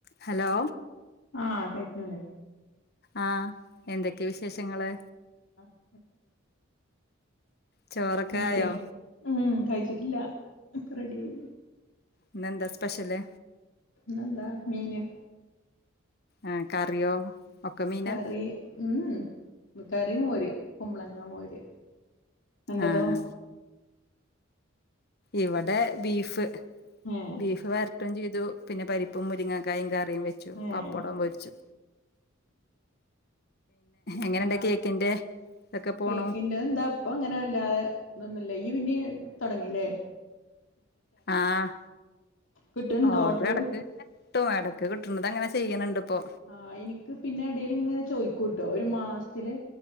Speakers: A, on the left; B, on the left.
A: Hello
B: ആഹ കേക്കില്ലേ
A: ആഹ എന്തൊക്കെയ വിശേഷങ്ങള്
B: <unintelligible>
A: ചോറൊക്കെ
B: അതക്കെ
A: ആയോ
B: ആഹ കഴിച്ചിട്ടില്ല ഒക്കെ റെഡി ആയി
A: ഇന്നെന്താ സ്പെഷ്യല്
B: നന്താ മീന്
A: ആ കറിയോ ഒക്കെ മീനാ
B: കറി ഉം കറി മോര് കുമ്പളങ്ങ മോര് അന്റതോ
A: ആഹ ഇവിടെ ബീഫ്
B: ഏഹ്
A: ബീഫ് വരട്ടും ചീ അ പിന്നെ പരിപ്പും മുരിങ്ങ കായും ക <unintelligible> വെച്ചു
B: ഏഹ്
A: പപ്പടം പൊരിച്ചു
B: പിന്നെ
A: എങ്ങനെണ്ട്
B: എന്താ
A: കേക്കിന്റെ ഇതൊക്കെ പോണു
B: കേക്കിന്റെ എന്താ അപ്പ അങ്ങനെ അല്ലാതെ ഇതൊന്നുംല്ല ഈ പിന്നെ തുടങ്ങില്ലേ
A: ആഹ
B: കിട്ട്ണ്ടോ
A: ഓഡ്ര
B: ഓർഡർ
A: ഇടക്ക് കിട്ടും ഇടക്ക് കിട്ടുന്നത് അങ്ങനെ ചെയ്യണണ്ട് ഇപ്പോ
B: ആഹ് എനിക്ക് പിന്നെ ഇടൽ ഇങ്ങനെ ചോയ്കും കൂട്ട ഒരു മാസത്തില്